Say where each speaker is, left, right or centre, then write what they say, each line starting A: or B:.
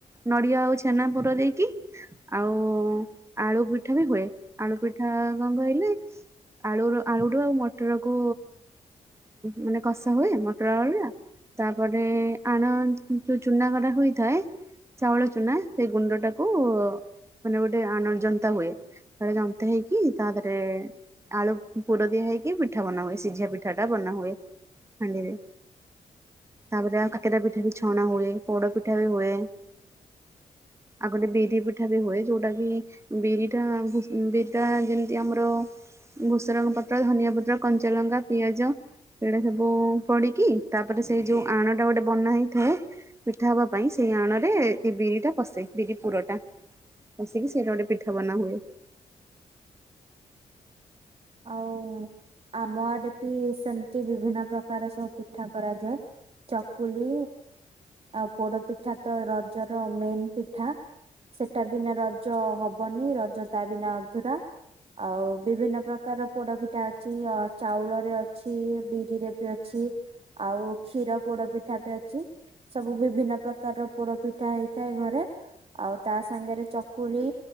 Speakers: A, on the right; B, on the right.
A: ନଡିଆ ଆଉ ଛେନା ପୁର ଦେଇକି ଆଉ ଆଳୁ ପିଠା ବି ହୁଏ, ଆଳୁ ପିଠା କଣ କହିଲେ ଆଳୁ ଆଳୁରୁୁ ଆଉ ମଟରକୁ ମାନେ କଷା ହୁଏ, ମଟର ଆଳୁଟା ତାପରେ ଆଣ ଯୋଉ ଚୁନା କରା ହୋଇଥାଏ ଚାଉଳ ଚୁନା ସେ ଗୁଣ୍ଡ ଟାକୁ ମାନେ ଗୋଟେ ଆଣ ଜନ୍ତା ହୁଏ, ଜନ୍ତା ହେଇକି ତା ଦେହରେ ଆଳୁ ପୁର ଦିଆ ହେଇକି ପିଠା ବନା ହୁଏ ସିଝିଆ ପିଠା ଟା ବନା ହୁଏ, ହାଣ୍ଡିରେ ତାପରେ କାକେରା ପିଠା ବି ଛଣା ହୁଏ ପୋଡ ପିଠା ବି ହୁଏ ଆଉ ଗୋଟେ ବିରି ପିଠା ବି ହୁଏ ଯୋଉଟା କି ବିରିଟା ଭୁ ବିରିଟା ଯେମିତି ଆମର ଭୁସରଙ୍ଗ ପତ୍ର ଧନିଆ ପତ୍ର କଞ୍ଚାଲଙ୍କା ପିଆଜ ସେଇଟା ସବୁ ପଡିକି ତାପରେ ସେଇ ଯୋଉ ଆଣଟା ଗୋଟେ ବନା ହେଇଥାଏ। ମିଠା ହେବା ପାଇଁ ସେଇ ଆଣରେ ଏ ଏ ବିରିଟା ପଷେ। ବିରି ପୁରଟା ପଷିକି ସେଇଟା ଗୋଟେ ପି ଠା ବନା ହୁଏ।
B: ଆଉ ଆମ ଆଡେ ବି ସେମିତି ବିଭିନ୍ନ ପ୍ରକାର ସବୁ ପିଠା କରାଯାଏ। ଚକୁଳି ଆଉ ପୋଡ ପିଠା ତ ରଜର ମେନ୍ ପିଠା ସେଟା ବିନା ରଜ ହବନି ରଜ ତା ବିନା ଅଧୁରା ଆଉ ବିଭିନ୍ନ ପ୍ର କାର ପୋଡ ପିଠା ଅଛି ଚାଉଳରେ ଅଛି ବିରିରେ ବି ଅଛି ଆଉ କ୍ଷୀର ପୋଡ ପିଠା ବି ଅଛି। ସବୁ ବିଭିନ୍ନ ପ୍ରକାରର ପୋଡ ପିଠା ହେଇଥାଏ ଘରେ ଆଉ ତା ସାଙ୍ଗରେ ଚକୁଳି